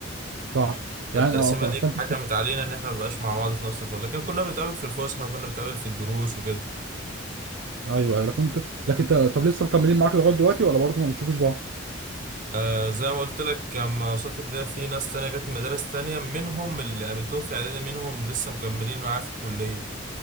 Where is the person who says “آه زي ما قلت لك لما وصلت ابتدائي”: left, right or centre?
Right